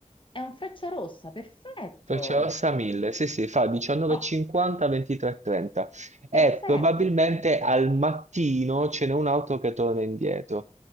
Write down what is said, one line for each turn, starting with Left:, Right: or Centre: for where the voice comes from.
Left: è un Frecciarossa, perfetto!
Right: Freccia rossa 1000, sì sì, fa 19,50,
Left: Oh,
Right: 23,30 e
Left: perfetto!
Right: trenta e probabilmente al mattino ce n'è un altro che torna indietro,